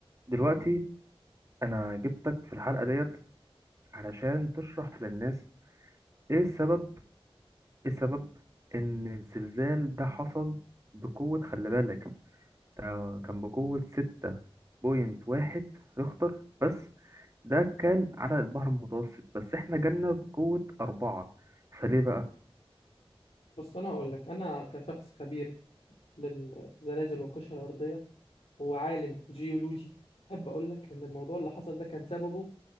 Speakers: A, on the right; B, on the left.
A: دلوقتي انا جبتك في الحلقة ديت علشان تشرح للناس ايه السبب ايه السبب ان الزلزال ده حصل بقوة خلي بالك ده كان بقوة ستة بوينت واحد ريختر بس ده كان على البحر المتوسط بس احنا جالنا بقوة أربعة فليه بقى؟
B: بص انا هقول لك انا كشخص خبير للزلازل والقشره الارضيه وعالم جيولوجي احب اقول لك ان الموضوع اللي حصل ده كان سببه